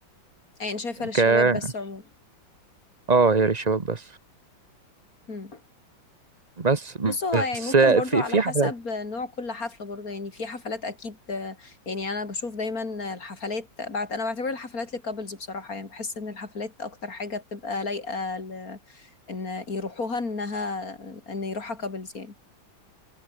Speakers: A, on the left; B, on the right.
A: يعني شايفه للشباب
B: ك
A: بس عموما
B: اه هي للشباب بس
A: مم.
B: بس
A: بص هو
B: بس
A: يعني ممكن برضو
B: في
A: على
B: في
A: حسب
B: حفلات
A: نوع كل حفلة برضو يعني في حفلات أكيد يعني أنا بشوف دايما الحفلات بعت أنا بعتبر الحفلات للكابلز بصراحة يعني بحس إن الحفلات أكتر حاجة بتبقى لايقة ل... إن يروحوها إنها إن يروحها كابلز يعني